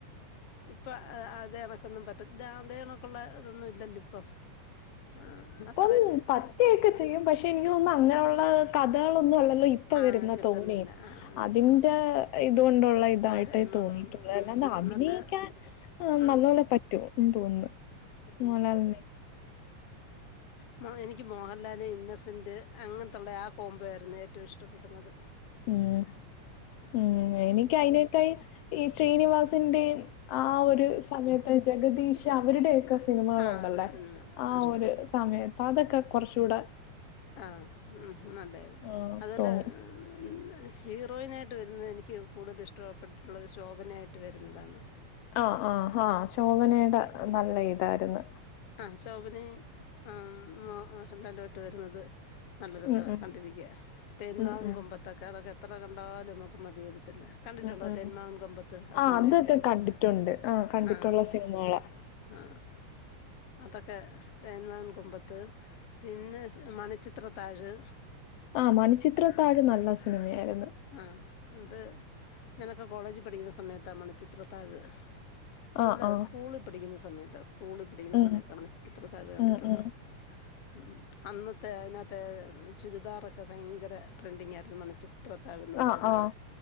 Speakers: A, on the left; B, on the left.
A: ഇപ്പൊ അ അത് തെനക്കൊന്നും പറ്റ ഇത അതേ കണക്കുള്ള ഇതൊന്ന ഇല്ലോ ഇപ്പൊ ആ അപ്
B: പ്പം പറ്റിയൊക്കെ ചെയ്യും പക്ഷെ എനിക്ക് തോന്നുന്നു അങ്ങനെയുള്ള കഥകളൊന്നും അല്ലല്ലോ ഇപ്പ
A: ആ
B: വരുന്ന
A: കിട്ടുന്നില്ല
B: തോനേം.
A: ആ അല്ല
B: അതിന്റെ ഇതുകൊണ്ടുള്
A: പോരായ്മകളുണ്ട്
B: തായിട്ടായിട്ടേ തോന്നിയിട്ടുള്ളൂ
A: ഉം
B: അല്ലാണ്ട്
A: അന്നത്തെ
B: അഭിനയിക്കാൻ
A: ആ
B: നല്ലോലെ പറ്റൂഉം തോന്ന മോൽലാൽനെ മലാലെ
A: ഉംമാ എനിക്ക് മോഹൻലാല് ഇന്നസെന്റ് അങ്ങൻത്തുള്ള ആ കൊമ്പോയാ രുന്നു ഏറ്റവും ഇഷ്ടപ്പെടുന്നത്
B: ഉം ഉം എനിക്ക് അയിന് ക്ക ഈ ഈ ശ്രീനിവാസന്റെയും ആ ഒരു സമയത്ത് ജഗദീഷ് അവരുടെയൊക്കെ സിനിമകളുണ്ടല്ലേ
A: ആഹ് ഒരു സിനിമ
B: ആ
A: ഇഷ്ടപ്പെടും
B: ഒരു സമയത്ത് അതൊക്കെ കുറചൂടെ
A: ആഹ് ഉം ഉം അതെ
B: ആഹ്
A: അവര്ടെ
B: തോന്നി
A: <unintelligible> ഹെ ഹീറോയിനായിട്ട് വരുന്നത് എനിക്ക് കൂടുതലും ഇഷ്ടപ്പെട്ടിട്ടുള്ളത് ശോഭനയായിട്ട് വരുന്നതാണ്
B: ആആഹ് ഹാ ശോഭനയുടെ നല്ല ഇത് തായിരുന്നു
A: അ ശോഭനേ ആ മോഹൻലാലു ആയ് ട്ട് വരുന്നത് നല്ല രസവാ
B: ഉം ഉം
A: കണ്ടിരിക്കാൻ തേന്മാവിൻ
B: ഉം ഉം
A: കൊമ്പത്ത് അഒക്കെ എത്ര കണ്ടാാലും നമുക്ക് മതി വരി ത്തില്ല കണ്ടിട്ടുണ്ടോ
B: ഉം ഉം
A: തേന്മാവൻ
B: ഉം
A: കൊമ്പത്ത് ആ
B: ആഹ്
A: സിനിമയൊക്കെ
B: അതൊക്കെ കണ്ടിട്ടുണ്ട് ആഹ് കണ്ടിട്ടുള്ള
A: അ
B: സിനിമകളാ
A: ആ ആ അതൊക്കെ തേന്മാവിൻ കൊമ്പത്ത് പിന്നെ മണിച്ചിത്രത്താഴ്
B: ആ മണിചിത്രത്താഴ് നല്ല സിനിമയായിര്
A: ആഹ് അത് ഞാനൊക്കെ കോളേജ് പഠിക്ക്ന്ന സമയത്താ മണിച്ചിത്രത്താഴ് അതല്ല
B: ആഹ് ആഹ്
A: സ്കൂളിൽ പഠിക്ക്ന്ന സമ സമയത്താ സ്കൂളി പഠിക്ക്ന്ന
B: ഉം
A: സമയത്താ മണിച്ചിത്രത്താഴ് കണ്ടിട്ടുള്ളത്.
B: ഉം ഉം
A: ഉം അന്നത്തെ അയിന മ് ചുരിദാറൊക്കെ ഭയങ്കര ട്രെൻഡിങ് ആയ്രുന്നു മണിചി ത്രത്താഴെന്നും
B: ആഹ്
A: പറഞ്ഞ്
B: ആഹ്